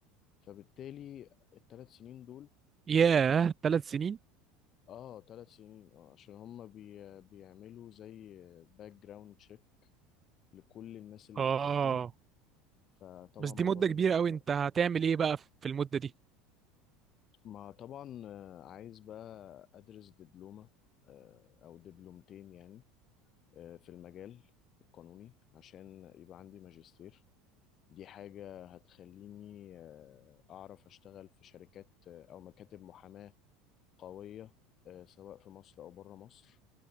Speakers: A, on the left; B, on the right.
A: فبالتالي الثلاث سنين دول
B: ياه ثلاث سنين
A: اه ثلاث سنين اه عشان هم بي بيعملوا زي باك جراوند تشيك لكل الناس اللي
B: اه
A: بتقدم فطبعا
B: بس
A: الموضوع
B: دي مده
A: ده
B: كبيره
A: بياخد
B: قوي
A: وقت
B: انت هتعمل ايه بقى في المده دي
A: ما طبعا آه، عايز بقى ادرس دبلومة آه، او دبلومتين يعني آه، في المجال القانوني عشان يبقى عندي ماجستير دي حاجة هتخليني آه، اعرف اشتغل في شركات آه، او مكاتب محاماة قوية آه، سواء في مصر او بره مصر